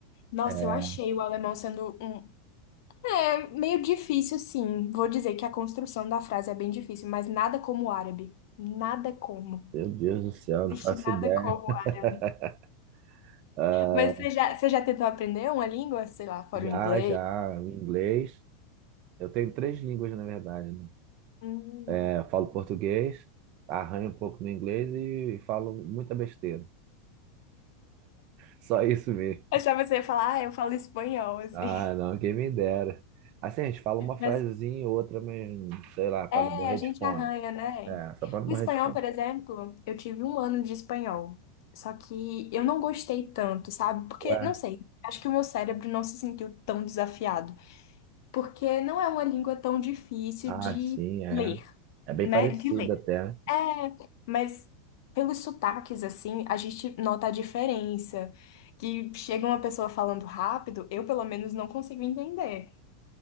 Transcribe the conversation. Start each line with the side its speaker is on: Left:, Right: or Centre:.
Left: Nossa,
Right: É,
Left: eu achei o alemão sendo um. É meio difícil, sim. Vou dizer que a construção da frase é bem difícil, mas nada como o árabe. Nada como.
Right: meu Deus do céu, não
Left: Destinada
Right: faço ideia.
Left: como
Right: <laughs>
Left: árabe.
Right: Ah,
Left: Mas você já, você já tentou aprender uma língua, sei lá, fora
Right: Já,
Left: o inglês?
Right: já, o inglês. Eu tenho três línguas, na verdade, né?
Left: Hum.
Right: É, eu falo português, arranho um pouco no inglês e falo muita besteira. Só isso mesmo.
Left: Achava que você ia falar, ah, eu falo espanhol, assim.
Right: Ah, não, quem me dera. Assim, a gente fala uma frasezinha
Left: Mas
Right: e outra, mas sei lá, para
Left: é,
Right: não morrer
Left: a gente
Right: de fome.
Left: arranha, né?
Right: É, só para não
Left: O
Right: morrer
Left: espanhol,
Right: de fome.
Left: por exemplo, eu tive um ano de espanhol. Só que eu não gostei tanto, sabe? Porque,
Right: Ué,
Left: não sei, acho que o meu cérebro não se sentiu tão desafiado. Porque não é uma língua tão difícil
Right: ah,
Left: de
Right: sim, é.
Left: ler,
Right: É bem
Left: né?
Right: parecido
Left: De ler.
Right: até. né?
Left: É, mas pelos sotaques, assim, a gente nota a diferença. Que chega uma pessoa falando rápido, eu pelo menos não consigo entender.